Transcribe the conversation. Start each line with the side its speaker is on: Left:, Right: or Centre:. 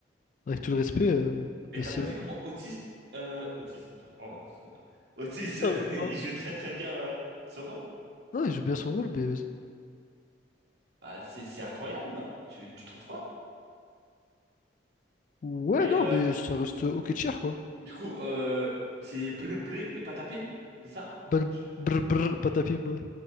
Left: Avec tout le respect, euh,
Right: Et
Left: là,
Right: t'as
Left: c'est.
Right: pas vu comment Otis, euh, Otis, oh, Otis,
Left: Ça
Right: <laughs>
Left: va
Right: il
Left: pas.
Right: joue très très bien euh, ce rôle.
Left: Non, il joue bien son rôle, mais. vas-y.
Right: Bah, c'est c'est incroyable, non? Tu tu trouves pas?
Left: Ouais,
Right: Mais
Left: non,
Right: euh,
Left: mais ça reste ok tier, quoi.
Right: du coup, euh, c'est Bré Bré et Patapim, c'est ça?
Left: Brr,
Right: Je-
Left: brr, brr, patapim, ouais.